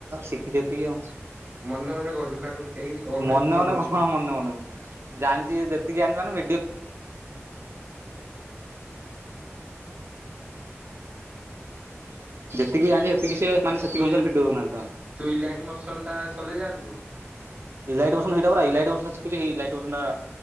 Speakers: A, on the right; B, on the right.
A: ଶିଖିଛିତିକ ଆଉ।
B: ମନେ ମନେ କହୁଚୁ ନା ତତେ କେହି କିଛି କହୁନା
A: ମନେ
B: ତୁ
A: ମନେ କଣ
B: ଆଉ
A: ମନେ ମନେକ ଜାଣିଛି ଯେତିକି ଜାଣିଛ ମାନେ <inaudible> ଯେତିକି ଜାଣି ସେତିକି ସେ ମାନେ ସେତିକି
B: ତୁ
A: ଅନସାରେ ଭିଡିଓ ବନା
B: ତୁ ଇଲାଇଟ୍ ମୋସନ ଟା ଚଲେଇ ଜାଣିଛୁ
A: <inaudible> ଇଲାଇଟ ମୋସନ ଶିଖିଚି ଏଇ ଇଲାଇଟି ମୋସନ